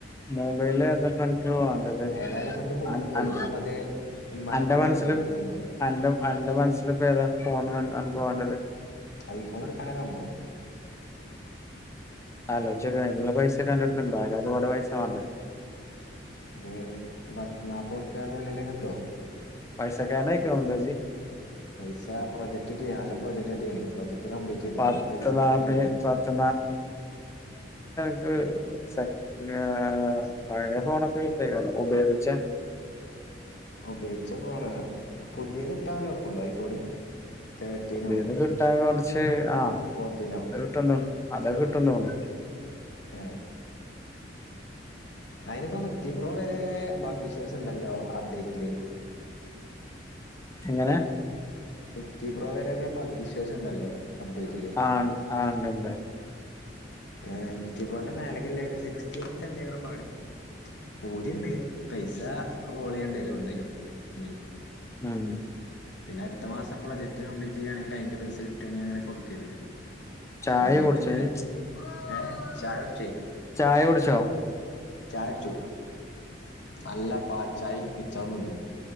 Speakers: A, on the left (about 15°); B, on the left (about 65°).
A: മൊബൈല ഏത അൻക്ക് വണ്ടത്
B: ഏതായാലും ഇപ്പൊ ഇന്റെ ഫോണ്
A: അൻ
B: പോയി
A: അൻ
B: ഞാൻപ്പത് ഉമ്മാന്റെ
A: അന്റെ
B: ഫോണ്ക്ക്
A: മനസ്സില്
B: ഇട്ട്ക്കാണ് സിമ്മ്
A: അന്റെ അന്റെ മനസ്സിലിപ്പോ ഏതാ ഫോണ് അൻ വേണ്ടത്
B: ഐഫോൺ എടുക്കാന കമ്പം
A: അലോ ചെരി അതിനുള്ള പൈസ കണ്ടടുത്തിുണ്ടോ അതിന് ഒരുപാട് പൈസ വേണ്ട
B: അതെ പത്തനാപ്പറുപ്പ്യുള്ളില് കിട്ടോ
A: പൈസക്കാരനായിക്കണല്ലോ
B: പൈസ
A: ഇജ്ജ്
B: പൈസ പ്രൊജക്റ്റ് ഇ നല്ല പ്രോജക്ട് അടിയാണ് പ്രൊജക്ട് കംപ്ലീറ്റ് ചെയ്തോ
A: പത്ത്
B: അതിന് പൈസക്കണ്ട്
A: നാപ്പ
B: കേറി
A: പത്ത് ഉം സ ഞാ പഴയ ഫോണൊക്കെ വിട്ടേ ഉപക ച്ച
B: ഉപയോഗിച്ച ഫോണ് ഇപ്പൊ പുതിയത് ഇട്ടാലോ ഒപ്പണ്ടോ ഐഫോണ് തേർട്ടീനോ
A: പുതിത് കിട്ടാ കൊർ ച്ച് ആഹ്
B: ഫോർട്ടീനോ
A: അത് കിട്ടണ്ട അത് കി പട്ടെന്ന് പോന്നോ
B: ഏ അയിനിപ്പോ ഫിഫ്റ്റി പ്രോ വരെ ഭാഗ്യശോസ് ഉണ്ടല്ലോ അപ്ഡേറ്റില്
A: എങ്ങനെ
B: ഫിഫ്റ്റി പ്രോ വരൊക്കെ ഭഗ്വ വിശ്വാസം ഉണ്ടല്ലോ അപ്ഡേറ്റില്
A: ആഹ് ആ ണ്ട്ണ്ട്
B: ഏ ഫിഫ്റ്റി പോന്റെ മേലക്കല്ല് സിക്സ്റ്റടു എന്ത പാട് പതിുണ്ട് പൈസ റോൾ ചെയ്യണ്ടല്ലോ എവിടുന്നേും നി
A: ഉം
B: പിന്നെ അടുത്ത മാസം പ്രജക്റ്റ് കപ്ലീറ്റ് ചെയ്യുകയാണെങ്കിൽ അതിന്റെ പൈ കിട്ടണെ അങ്ങനെ കൊടുക്കല്ലേ
A: ചായ
B: അല്ലെങ്കി
A: കുടിച്ചോ
B: പിന്നെ
A: ഇയ്യ്
B: ഏ ചായ ഉട്ച്ചേ
A: ചായ കുടിച്ചോ
B: ചായ അടിച്ചു നല്ല പാൽ ചായ മിച്ചറും തിന്നു